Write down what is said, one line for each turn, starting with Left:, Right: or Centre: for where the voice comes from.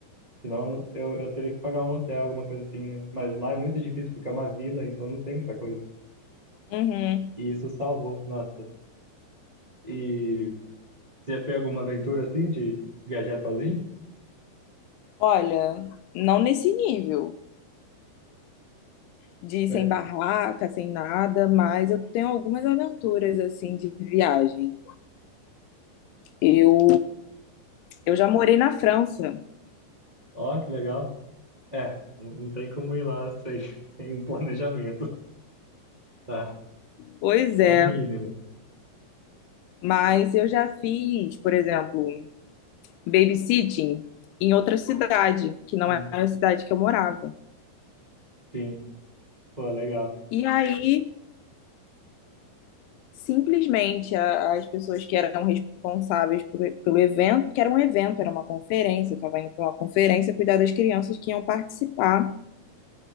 Right: Senão eu, eu teria que pagar um hotel, alguma coisa assim, né? Mas lá é muito difícil, porque é uma vila, então não tem muita coisa.
Left: Uhum.
Right: E isso salvou, nossa. E você já fez alguma aventura assim, de viajar sozinho?
Left: Olha, não nesse nível. de ir
Right: É.
Left: sem barraca, sem nada, mas eu tenho algumas aventuras assim de viagem. Eu eu já morei na França.
Right: Ó, que legal. É, não não tem como ir lá sem, <laughs> sem um planejamento, tá?
Left: Pois
Right: É
Left: é,
Right: o mínimo.
Left: mas eu já fiz, por exemplo, babysitting em outra cidade, que não
Right: Sim,
Left: era a cidade que eu morava.
Right: sim. Pô, legal.
Left: E aí, simplesmente, a- as pessoas que eram responsáveis por- pelo evento, que era um evento, era uma conferência, eu estava indo para uma conferência cuidar das crianças que iam participar